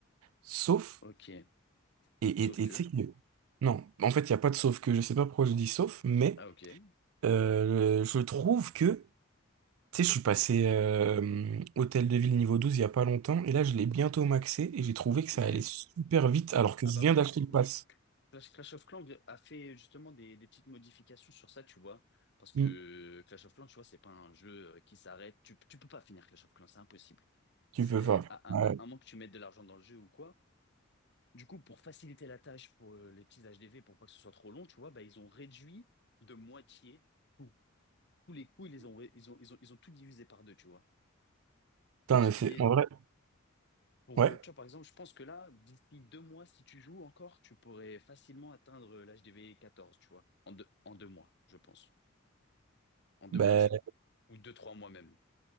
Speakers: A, on the right (about 85°); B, on the left (about 55°).
A: Sauf,
B: Ok.
A: et, et,
B: Sauf que.
A: et tu sais que, non, en fait, il n'y a pas de sauf que. Je sais pas pourquoi je dis sauf, mais
B: Ah ok.
A: euh, je trouve que, tu sais, je suis passé euh, Hôtel de Ville niveau 12 il y a pas longtemps, et là, je l'ai bientôt maxé, et j'ai trouvé que
B: Ok.
A: ça allait super vite, alors que
B: Ah
A: je
B: bah
A: viens
B: oui,
A: d'acheter le
B: bah
A: pass.
B: Clash, Clash of Clans vi- a fait justement des, des petites modifications sur ça, tu vois. Parce que
A: Mm,
B: Clash of Clans, tu vois, c'est pas un jeu euh, qui s'arrête. Tu, tu peux pas finir Clash of Clans, c'est impossible.
A: Tu
B: C'est
A: peux pas.
B: à, à,
A: Ouais.
B: à à moins que tu mettes de l'argent dans le jeu ou quoi. Du coup, pour faciliter la tâche pour euh, les petits HDV, pour pas que ce soit trop long, tu vois, bah, ils ont réduit de moitié tout. Tous les coûts, ils les ont, ré- ils ont, ils ont, ils ont tout divisé par deux, tu vois.
A: Putain,
B: Pour ce
A: mais
B: qui
A: c'est
B: est
A: en vrai,
B: Pour,
A: ouais.
B: euh, tu vois, par exemple, je pense que là, d'ici deux mois, si tu joues encore, tu pourrais facilement atteindre euh, l'âge des V14, tu vois, en deux, en deux mois, je pense. En deux
A: Ben,
B: mois de jeu. Ou deux, trois mois même.